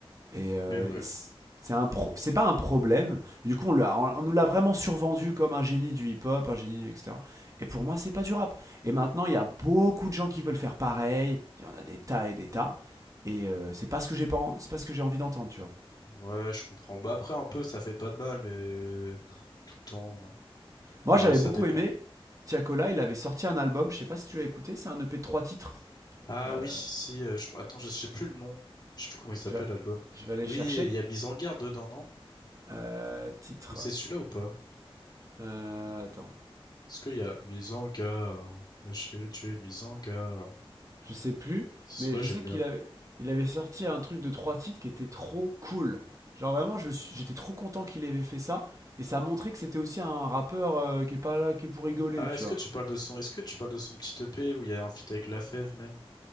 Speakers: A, on the right; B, on the left.
A: Et, euh,
B: Mais ouais.
A: c'est un pro- c'est pas un problème. Du coup, on, l'a- on- nous l'a vraiment survendu comme un génie du hip-hop, un génie, etc. Et pour moi, c'est pas du rap. Et maintenant, il y a beaucoup de gens qui veulent faire pareil. Il y en a des tas et des tas. Et euh, c'est pas ce que j'ai pas, en- c'est pas ce que j'ai envie d'entendre, tu vois.
B: Ouais, je comprends. Bah après, un peu, ça fait pas de mal, mais euh, tout le temps.
A: Moi,
B: Ouais,
A: j'avais
B: ça
A: beaucoup
B: dépend.
A: aimé. Tiakola, il avait sorti un album. Je sais pas si tu l'as écouté. C'est un EP de trois titres.
B: Ah
A: Euh,
B: oui, si, euh, je crois. Attends, je sais plus le nom. Je sais plus comment il s'appelle
A: je, vais,
B: l'album.
A: je vais aller
B: Oui,
A: chercher.
B: il y a Mise en garde dedans, non?
A: Euh, titre.
B: Ou c'est celui-là ou pas?
A: Euh, attends.
B: Est-ce qu'il y a Mise en garde? Ma chérie, tu es mise en garde.
A: Je sais plus,
B: Ce
A: mais
B: son-là,
A: je
B: j'aime
A: sais
B: bien.
A: qu'il avait, il avait sorti un truc de trois titres qui était trop cool. Genre vraiment, je suis- j'étais trop content qu'il avait fait ça. Et ça a montré que c'était aussi un rappeur euh, qui est pas là que pour rigoler,
B: Ah,
A: tu
B: est-ce
A: vois.
B: que tu parles de son, est-ce que tu parles de son petit E p où il y a un feat avec Lafèvre même?